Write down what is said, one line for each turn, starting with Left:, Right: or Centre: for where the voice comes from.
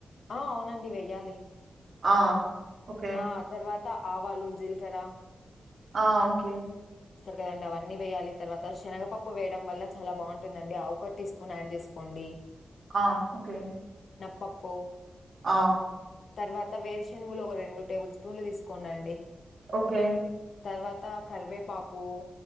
Left: ఆ అవునండి వెయ్యాలి
Right: ఆ ఓకే
Left: ఆ తర్వాత ఆవాలు జీలకర్ర
Right: ఆ ఓకే
Left: కదండి అవన్నీ వేయాలి తర్వాత శనగపప్పు వేయడం వల్ల చాలా బాగుంటుందండి ఆ ఒక టీ స్పూన్ యాడ్ చేసుకోండి
Right: ఆ ఓకే
Left: పప్పు
Right: ఆ
Left: తరువాత వేరు శనుగులు ఒక రెండు టేబుల్ స్పూన్లు తీసుకోండండి
Right: ఓకే
Left: తర్వాత కరివేపాకు